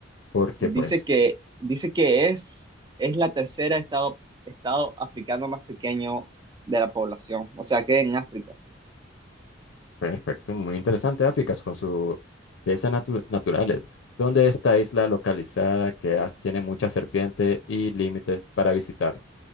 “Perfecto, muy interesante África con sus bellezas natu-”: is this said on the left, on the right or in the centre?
Left